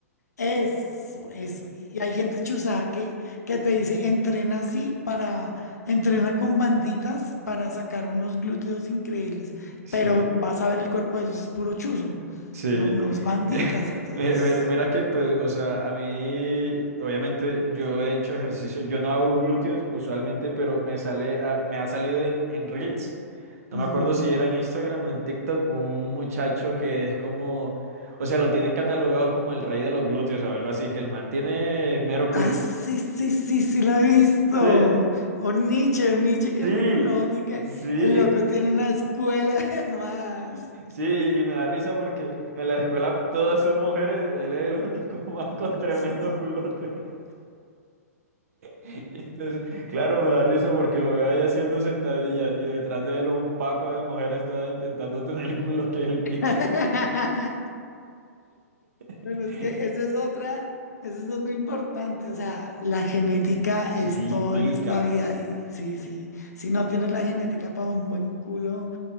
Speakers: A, on the left; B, on the right.
A: eso, eso. Y hay gente chuzada que, que te dice, entrena así para, entrena con banditas para sacar unos glúteos increíbles,
B: Sí,
A: pero vas a ver el cuerpo de ellos, es puro chuzo,
B: sí.
A: no, no
B: <laughs>
A: es banditas, entonces.
B: Mira, mira- mira que, pues, o sea, a mí, obviamente, yo he hecho ejercicio, yo no hago glúteos usualmente, pero me sale, a- me ha salido en, en Reels, no
A: ujú.
B: me acuerdo si era en Instagram o en TikTok, un muchacho que es como, o sea, lo tienen catalogado como el rey de los glúteos o algo así, que el man tiene mero culo.
A: Ah, sí, sí, sí, sí, lo he visto.
B: Sí,
A: Un Nietzsche, un Nietzsche que
B: <laughs> sí,
A: es reculón y que
B: sí.
A: el loco tiene una escuela <laughs> además.
B: Sí, y me da risa porque en la escuela todas son mujeres, él es el único <laughs> man con tremendo
A: Sí.
B: culote. <laughs> Y Entonces, claro, me da risa porque lo veo ahí haciendo sentadillas y detrás de él un paco de mujeres todas intentando tener el culo que él tiene.
A: <laughs>
B: <laughs>
A: Pero es que esa es otra, esa es otra importante, o sea, la genética es
B: Sí,
A: todo
B: implica.
A: en esta vida y sí, sí, si no tienes la genética para un buen culo,